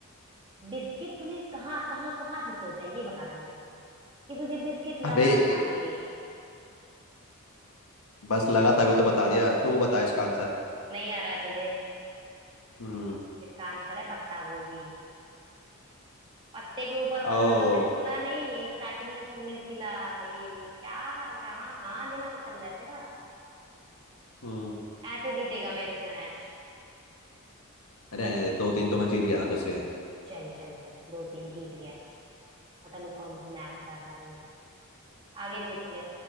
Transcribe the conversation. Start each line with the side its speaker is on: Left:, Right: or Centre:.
Right: बिस्किट तूने कहाँ कहाँ कहाँ से सोचा है? ये बता दे मुझे बस ये तुझे बिस्किट
Left: अबे
Right: लगा कहाँ
Left: ए-
Right: से ये
Left: बस लगा तभी तो बता दिया तू बता इसका आंसर
Right: नहीं आ रहा है तुझे
Left: हम्म
Right: इसका आंसर है पत्ता गोभी पत्ते के ऊपर पत्ता
Left: ओ
Right: तूने सुना नहीं स्टार्टिंग में फूल खिला ये वो क्या कहाँ कहाँ दिमाग चल रहा है तेरा
Left: हम्म
Right: ऐसे जीतेगा मेरे से मैच
Left: रहने दे दो तीन तो मैं जीत गया ना तुझसे
Right: चल चल चल दो तीन जीत गया पता नहीं कौन सी मैथ कर रहा है ये। आगे पूछ ले